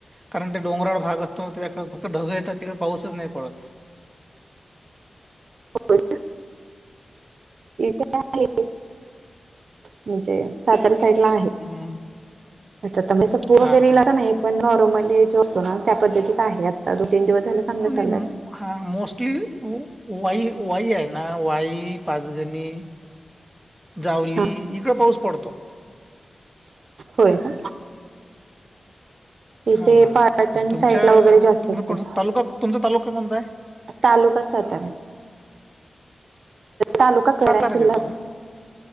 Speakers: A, in the centre; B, on the right (about 65°).
A: कारण ते डोंगराळ भाग असतो त्याकडे ढगं येतात तिकडे पाऊसच नाही पडत
B: हो इथे आहे म्हणजे सातारच पडला आहे
A: हं,
B: पण दिसत वगैरे
A: हां.
B: तर काही नाही पण रोमँटिक आहे लेप झोपतो ना त्या पद्धतीत आहे तो तीन दिवस झाला चांगला
A: आणि
B: चाललाय
A: हा मोस्टली हो वाई वाई आहे ना वाई पाच गणी जावली
B: हा
A: इकड पाऊस पडतो
B: होय का इथे
A: हां,
B: पर्यटन
A: तुमच्या
B: साईडला वगैरे जास्त
A: तुम्ही
B: असतो
A: कोणता तालुका तुमचा तालुका कोणता आहे?
B: तालुका सातारा तालुका कराड
A: साताराच
B: जिल्हा
A: येतो का?